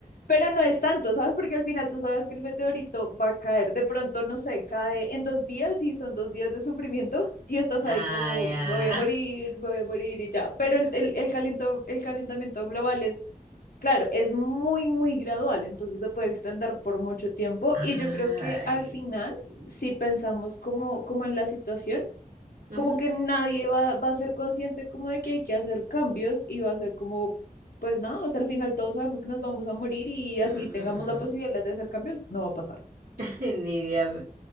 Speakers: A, on the left; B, on the right.
A: pero no es tanto, ¿sabes? Porque al final tú sabes que el meteorito va a caer, de pronto, no sé, cae en dos días y son dos días de sufrimiento y estás
B: Ay,
A: ahí como,
B: ah.
A: me voy a
B: ya.
A: morir, me voy a morir y ya. Pero el, el, el, calento- el calentamiento global es, claro, es muy, muy gradual, entonces se puede extender por mucho tiempo
B: Ay,
A: y yo creo que al final,
B: sí.
A: si pensamos como, como en la situación,
B: Ujú.
A: como que nadie va, va a ser consciente como de que hay que hacer cambios y va a ser como, pues nada, o sea, al final todos sabemos que nos vamos a morir y
B: Mm.
A: así tengamos la posibilidad de hacer cambios, no va a pasar.
B: <laughs> Nidia, me-